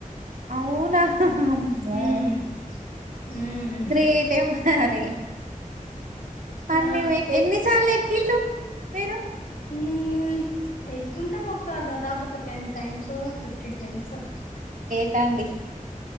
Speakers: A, on the right; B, on the left.
A: అవునా అమ్మో!
B: హ్మ్ హ్మ్
A: గ్రేటే మరి అన్నీ
B: ఆ
A: మెట్ ఎన్నిసార్లు ఎక్కిల్లు మీరు?
B: ఉమ్ ఎక్కుంటాం ఒక దాదాపు ఒక టెన్ టైమ్సో ఫిఫ్టీన్ టైంసో
A: ట్టండి